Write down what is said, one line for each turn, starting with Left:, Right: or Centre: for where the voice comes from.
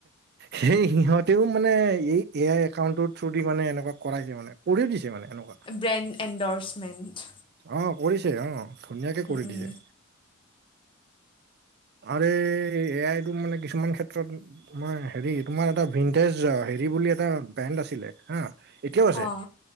Right: সেই সিহঁতেও মানে এই এ আই একাউণ্টৰ থ্ৰো দি মানে এনেকুৱা কৰাই যে মানে কৰিও দিছে মানে এনেকোৱা।
Left: Brand endorsement.
Right: অঁ কৰিছে অহ ধুনীয়াকে কৰি
Left: উম
Right: দিছে। আৰে এ আই টো মানে কিছুমান ক্ষেত্ৰত তোমাৰ হেৰি তোমাৰ এটা ভিন্টেজ হেৰি বুলি এটা ব্ৰেণ্ড আছিলে হা এতিয়াও আছে,
Left: অঁ